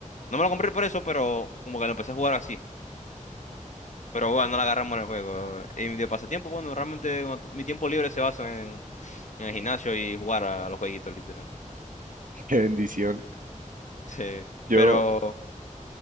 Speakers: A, on the left; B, on the right.
A: no me lo compré por eso, pero como que lo empecé a jugar así. Pero bueno, no le agarramos el juego. Y de pasatiempo, bueno, realmente cuando t- mi tiempo libre se basa en, en el gimnasio y jugar a los jueguitos, literal.
B: qué bendición.
A: Sí.
B: Yo,
A: pero